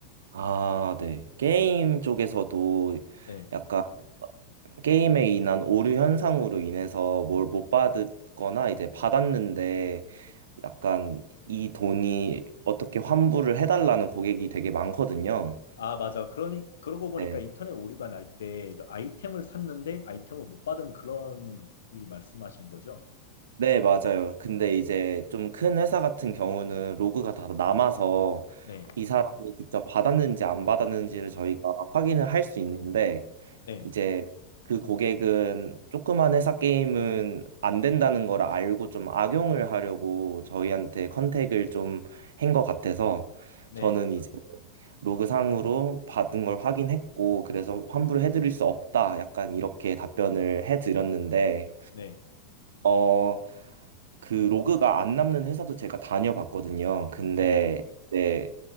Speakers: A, on the right; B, on the left.
A: 아, 네. 게임 쪽에서도
B: 네.
A: 약간 게임에 인한 오류 현상으로 인해서 뭘 못 받았거나 이제 받았는데 약간 이 돈이 어떻게 환불을 해달라는 고객이 되게 많거든요.
B: 아, 맞아. 그러니 그러고 보니까
A: 네.
B: 인터넷 오류가 날때 그 아이템을 샀는데 아이템을 못 받은 그런 일 말씀하신 거죠?
A: 네, 맞아요. 근데 이제 좀 큰 회사 같은 경우는 로그가 다 남아서
B: 네.
A: 이 사람이 직접 받았는지 안 받았는지를 저희가 확인을 할 수 있는데
B: 네.
A: 이제 그 고객은 조그만 회사 게임은 안 된다는 걸 알고 좀 악용을 하려고 저희한테 컨택을 좀 한 것 같아서
B: 네.
A: 저는 이제 로그상으로 받은 걸 확인했고, 그래서 환불을 해드릴 수 없다. 약간 이렇게 답변을 해드렸는데,
B: 네.
A: 어, 그 로그가 안 남는 회사도 제가 다녀봤거든요. 근데
B: 네.
A: 이제